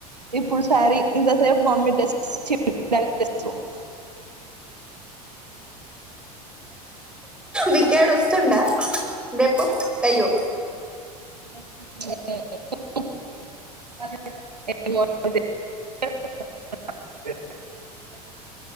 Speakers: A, on the right (about 85°); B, in the centre.
A: ఇప్పుడు సారి ఇంతసేపు మమ్మీ డ్రెస్ చీ <unintelligible>
B: వికేడ్ వస్తుండా రేపు అయ్యో
A: <unintelligible> చె